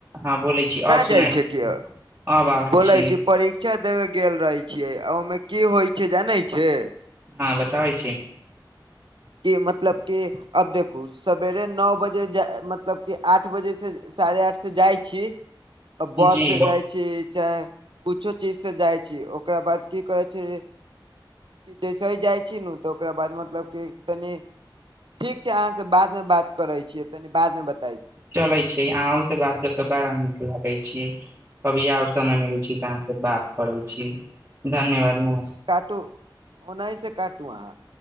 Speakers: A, on the right; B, on the right.
A: हँ, बोलै छी,
B: न
A: अब सुना
B: जाइ छै कि
A: अब आबै
B: बोलै
A: छियै।
B: छी परीक्षा देबे गेल रहे छियै, ओहिमे की होइ छै, जानै छियै?
A: हां बताबै छी।
B: कि मतलब कि अब देखु सवेरे नौ बजे जाए मतलब कि आठ बजे से साढ़े आठ से जाय छी अ बस
A: जी
B: से जाय छी चाहे कुछो चीज से जाय छी, ओकरा बाद की कहै छै। की जैसे ही जाय छी नु तऽ ओकरा बाद मतलब कि तनी ठीक छै अहाँ से बाद मे बात करै छियै, तनी बाद मे ब
A: चलै छै अहौं से बात क के बाड़ा नीक लागै छी। कभी और समय मिलै छी त अहाँ से बात करै छी, धन्यवाद मु
B: काटू ओनहे से काटू अहाँ।